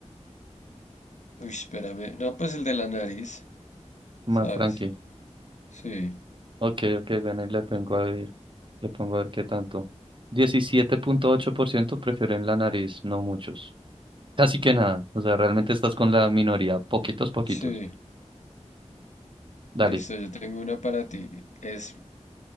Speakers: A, on the left; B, on the right.
A: Uy, espérame. No, pues el de la nariz,
B: más
A: ¿sabes?
B: tranqui
A: Sí,
B: Ok, ok, ven y le pongo a ver, le pongo a ver qué tanto. Diecisiete punto ocho por ciento prefieren la nariz, no muchos. Casi que nada, o sea, realmente estás con la minoría, poquitos, poquitos.
A: sí.
B: Dale.
A: Listo, yo tengo una para ti. Es